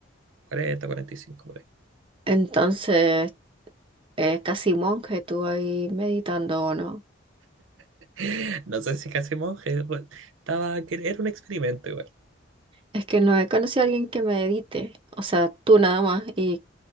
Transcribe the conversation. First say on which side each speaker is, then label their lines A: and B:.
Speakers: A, on the right; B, on the right.
A: 40, 45 por ahí.
B: Entonces, eh, casi monje tú ahí meditando, ¿o no?
A: <laughs> No sé si casi monje, re- estaba, que era un experimento igual.
B: Es que no he conocido a alguien que medite, o sea, tú nada más y